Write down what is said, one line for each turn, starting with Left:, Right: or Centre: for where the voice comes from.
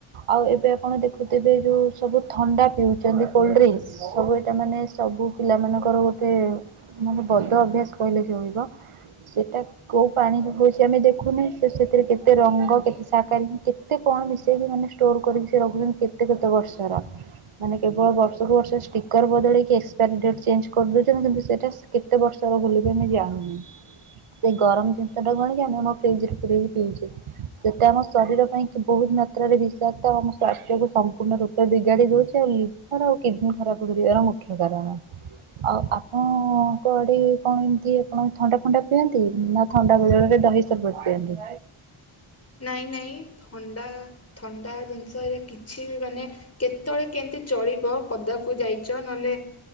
Right: ଆଉ ଏବେ ଆପଣ ଦେଖୁଥିବେ ଯେଉଁ ସବୁ ଥଣ୍ଡା ପିଉଛନ୍ତି କୋଲ୍ଡ ଡ୍ରିଙ୍କସ୍ ସବୁ ଏଇଟା ମାନେ ସବୁ ପିଲାମାନଙ୍କର ଗୋଟେ ମାନେ ବଦ ଅଭ୍ୟାସ କହିଲେ ଜଳିବ ସେଇଟା କେଉଁ। ପାଣି ହଉଛି ଆମେ ଦେଖୁନି ସେଥିରେ କେତେ ରଙ୍ଗ। ସାକାର କେତେ କଣ ମିଶେଇକି ମାନେ ଷ୍ଟୋର କରିକି ସେ ରଖୁଛନ୍ତି କେତେ କେତେ ବର୍ଷର ମାନେ କେବଳ ବର୍ଷକୁୁ ବର୍ଷ ଷ୍ଟିକର ବଦଳେଇକି ଏକ୍ସପାରୀ ଡେଟ ଚେଞ୍ଜ କରିଦଉଛନ୍ତି କିନ୍ତୁ ସେଇଟା କେତେ ବର୍ଷର ବୋଲି ବି ଆମେ ଜାଣୁନି ସେଇ ଗରମ ଜିନିଷଟା ଗଣିକି ଆମେ ଆମ ଫ୍ରିଜରେ ପକି ପିଉଛେ। ସେଟା ଆମ ଶରୀର ପାଇଁ ବହୁତ ମାତ୍ରାରେ ବିଷାକ୍ତ ଆଉ ଆମ ସ୍ୱାସ୍ଥ୍ୟ କ ସମ୍ପୂର୍ଣ୍ଣ ରୂପେ ବିଗାଡି ଦଉଛି ଆଉ ଲିଭର ଆଉ କିଡନୀ ଖରାପ କରିବାର ମୁଖ୍ୟ କାରଣ ଆଉ ଆପଣଙ୍କ ଆଡେ କଣ ଏମିତି ଆପଣ ଥଣ୍ଡା ଫଣ୍ଡା ପିଅନ୍ତି ନା ଥଣ୍ଡା ବଳରେ ଦହି ସର୍ବତ ପିଅନ୍ତି।
Left: ନାଇଁ ନାଇଁ ଥଣ୍ଡା। ଥଣ୍ଡା ଜିନିଷ ଏଲେ କିଛି ବି ମାନେ କେତେବେଳେ କେମିତି ଚଳିବ ପଦାକୁ ଯାଇଛ ନହେଲେ